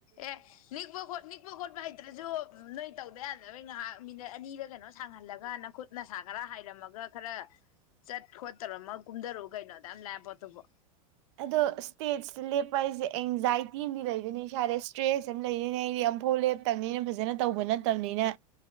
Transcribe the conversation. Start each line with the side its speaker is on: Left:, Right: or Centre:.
Left: ꯑꯦ ꯅꯤꯛꯄ ꯈꯣꯠ ꯅꯤꯛꯄ ꯈꯣꯠꯄ ꯍꯩꯇ꯭ꯔꯁꯨ ꯅꯣꯏ ꯇꯧꯗ ꯌꯥꯗꯕꯩ ꯉꯥꯏꯍꯥꯛ ꯃꯤꯅꯠ ꯑꯅꯤꯔ ꯀꯩꯅꯣ ꯁꯥꯡꯍꯜꯂꯒ ꯅꯥꯈꯨꯠ ꯅꯁꯥ ꯈꯔ ꯍꯥꯏꯔꯝꯃꯒ ꯈꯔ ꯆꯠ ꯈꯣꯠꯇꯧꯔꯃ ꯀꯨꯝꯊꯔꯛꯎ ꯀꯩꯅꯣ ꯑꯗꯥꯝ ꯂꯥꯏ ꯄꯣꯠꯇꯨꯕꯣ
Right: ꯑꯗꯣ ꯏꯁꯇꯦꯠꯁꯇ ꯂꯦꯞꯄ ꯍꯥꯏꯁꯦ ꯑꯦꯡꯖꯥꯏꯇꯤ ꯑꯃꯗꯤ ꯂꯩꯔꯅꯤ ꯏꯁꯥꯁꯦ ꯏꯁꯇ꯭ꯔꯦꯁ ꯑꯃ ꯂꯩꯗꯣꯏꯅꯦ ꯑꯩꯗꯤ ꯑꯃꯝꯐꯥꯎ ꯂꯦꯞꯇꯕꯅꯤꯅ ꯐꯖꯅ ꯇꯧꯕ ꯅꯠꯇꯕꯅꯤꯅ